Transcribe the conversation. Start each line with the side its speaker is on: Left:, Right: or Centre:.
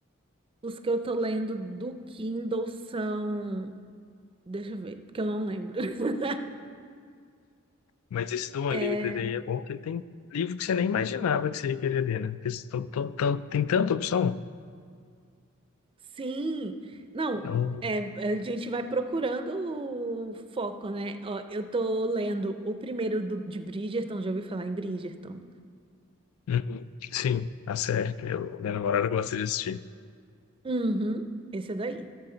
Right: os que eu tô lendo do Kindle são, deixa eu ver, porque eu não lembro. <laughs>
Left: Mas esse do Unlimited
Right: É,
Left: aí é bom porque tem livro que você nem imaginava que você ia querer ler, né? Porque tão- tão- tão- tem tanta opção.
Right: sim, não,
Left: Então,
Right: é, a gente vai procurando o foco, né? Ó, eu tô lendo o primeiro do- de Bridgerton, já ouvi falar em Bridgerton.
Left: uhum. Sim, a série. Eu, minha namorada gosta de assistir.
Right: Uhum, esse é daí.